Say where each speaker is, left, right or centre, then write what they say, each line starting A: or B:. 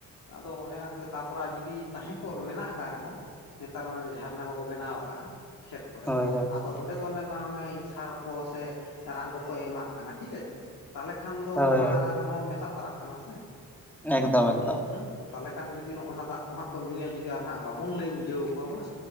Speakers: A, on the left; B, in the centre.
A: ᱟᱫᱚ ᱚᱱᱮ ᱚᱱᱟ ᱠᱷᱟᱹᱛᱤᱨ ᱛᱟᱯᱚᱨᱟ ᱟᱨ ᱡᱩᱫᱤ ᱛᱟᱦᱮᱸ ᱠᱚᱜ ᱨᱮ ᱢᱮᱱᱟᱜ ᱟᱠᱟᱜ ᱨᱮᱦᱚᱸ ᱱᱮᱛᱟᱨ ᱚᱱᱟ ᱡᱷᱟᱨᱱᱟ ᱠᱚᱠᱚ ᱵᱮᱱᱟᱣ ᱠᱟᱜᱼᱟ ᱠᱷᱮᱛ ᱠᱚᱨᱮᱫ,
B: ᱦᱳᱭ ᱦᱳᱭ
A: ᱟᱫᱚ ᱚᱸᱰᱮ ᱫᱚ ᱚᱱᱮ ᱢᱟ ᱚᱱᱮ ᱥᱟᱨ ᱠᱚ ᱥᱮ ᱨᱟᱱ ᱠᱚᱠᱚ ᱮᱢᱟᱜ ᱠᱟᱱᱟ ᱴᱷᱤᱠ ᱟᱪᱷᱮ, ᱛᱟᱦᱞᱮ ᱠᱷᱟᱱ ᱫᱚ
B: ᱦᱳᱭ
A: ᱚᱱᱟ ᱨᱮᱦᱚᱸ ᱢᱮᱥᱟ ᱛᱟᱨᱟᱜ ᱠᱟᱱᱟ ᱥᱮ ᱾
B: ᱮᱠᱫᱚᱢ
A: ᱦᱩᱸ
B: ᱮᱠᱫᱚᱢ
A: ᱦᱩᱸ! ᱛᱟᱦᱞᱮ ᱠᱷᱟᱱ ᱡᱩᱫᱤ ᱱᱚᱜᱼᱚ ᱱᱚᱣᱟ ᱫᱟᱜ ᱠᱚ ᱦᱟᱸᱜ ᱠᱚ ᱧᱩᱭᱟ ᱡᱩᱫᱤ ᱟᱨ ᱦᱟᱸᱜ ᱵᱟᱵᱚᱱ ᱞᱟᱹᱭ ᱵᱩᱡᱷᱟᱹᱣ ᱠᱚᱣᱟ ᱵᱟᱝ,